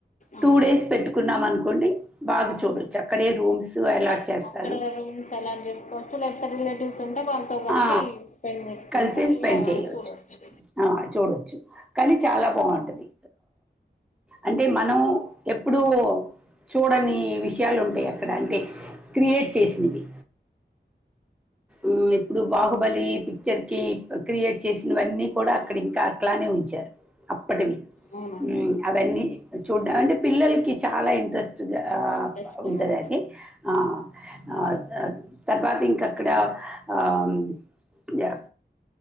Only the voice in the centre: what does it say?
టూ డేస్ పెట్టుకున్నాం అనుకోండి బాగా చూడోచ్చు అక్కడే రూమ్స్ అలాట్
చేస్తారు
ఆ
కలిసి స్పెండ్
చేయవచ్చు
ఆ చూడొచ్చు కానీ చాలా బాగుంటది అంటే మనం ఎప్పుడూ చూడని విషయాలు ఉంటయి అక్కడ అంటే క్రియేట్ చేసింది ఉమ్ ఇప్పుడు బాహుబలి పిక్చర్ కి క్రియేట్ చేసినవన్నీ కూడా అక్కడ ఇంకా అట్లానే ఉంచారు అప్పటికి
ఉమ్ అవన్నీ చూడం అంటే పిల్లలకి చాలా ఇంట్రెస్ట్ ఆ
ఉంటదది
ఆ ఆ అ తర్వాత ఇంకక్కడ మ్ ఆ